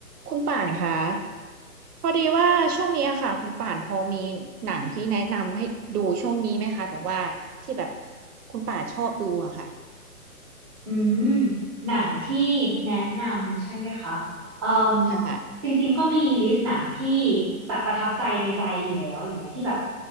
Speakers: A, on the right; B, on the right.
A: คุณป่านคะพอดีว่าช่วงนี้อะค่ะคุณป่านพอมีหนังที่แนะนำให้ดูช่วงนี้ไหมคะแบบว่าที่แบบคุณป่านชอบดูอะค่ะ
B: อืมหนังที่แนะนำใช่ไหมคะเอ่ม
A: ค่ะ
B: จริงๆก็มีลิสต์หนังที่แบบประทับใจในใจอยู่แล้วอะไรเงี้ยที่แบบ